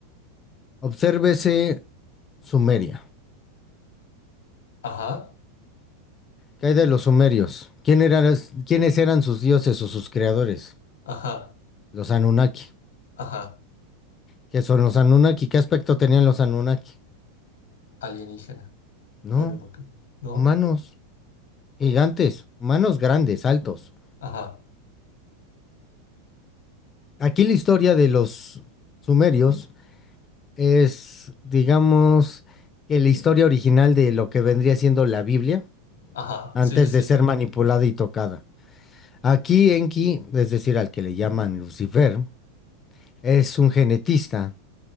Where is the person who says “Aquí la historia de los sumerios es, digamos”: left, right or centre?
Left